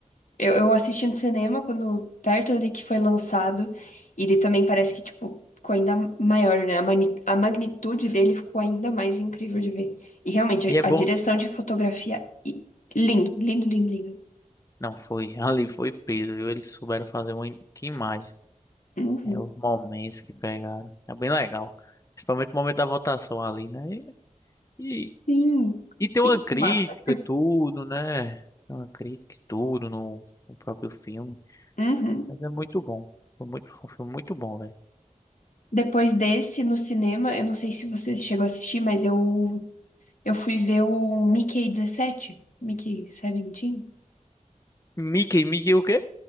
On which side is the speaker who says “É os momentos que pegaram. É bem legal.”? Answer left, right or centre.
Left